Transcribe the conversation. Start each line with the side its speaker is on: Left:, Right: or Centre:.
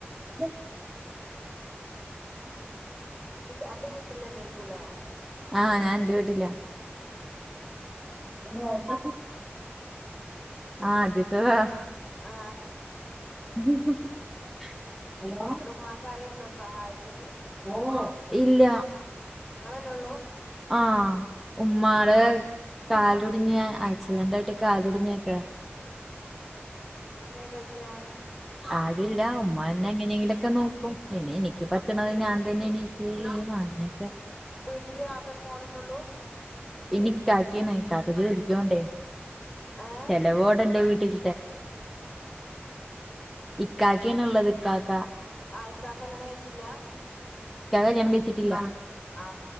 Centre: മം
Left: അന്റെ വീട്ടിലെ നെയക്കൂലെ
Centre: ആ ഞാൻ എന്റെ വീട്ടില
Left: ആ
Centre: ആ ആദ്യത്തതാ
Left: ആ
Centre: <inaudible>
Left: അ
Centre: ഹലോ
Left: ഇവടെ ഉമ്മാക്കാരേണ്ടോ സഹായത്തിന്
Centre: ഓ ഇല്ല
Left: ങ്ങെളെന്നൊള്ളു
Centre: ആ ഉമ്മാടെ കാലോടിഞ് ആക്സിഡന്റായിട്ട് കാലൊടിഞ്ഞേക്ക
Left: കയ്യോ -
Centre: ആരുല്ല ഉമ്മന്നെ എങ്ങനെയെങ്കിലൊക്കെ നോക്കും പിന്നെ എനിക്ക് പറ്റണ ഞാൻ തന്നെ എണീച്ച് <unintelligible>
Left: ട്ടില് ആകെ ഒരു മോളന്നൊള്ളൂ
Centre: ഇനി ക്കാക്കേണ് കാക്കക്ക് ജോലിക്കോണ്ടേ
Left: ഏഹ്
Centre: ചെലവോടെ എന്റെ വീട്ടിൽ ഇക്കാക്കാണ് ള്ളത് ഇക്കാക്ക
Left: ആ ഇക്കക്കല്യാണം കയ്ച്ചില്ല
Centre: ഇക്കാക്ക കല്യാണം കഴിച്ചിട്ടില്ല
Left: ആ